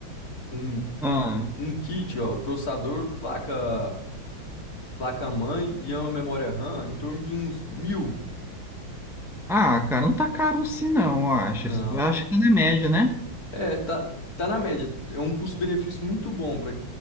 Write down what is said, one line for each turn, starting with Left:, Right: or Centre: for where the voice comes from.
Left: com um,
Centre: <laughs> Ah.
Left: um kit, ó, processador, placa placa-mãe e uma memória RAM em torno de uns mil.
Centre: Ah, cara, não tá caro assim não, eu acho.
Left: Não.
Centre: Eu acho que tá na média, né?
Left: É, tá, tá na média. É um custo-benefício muito bom para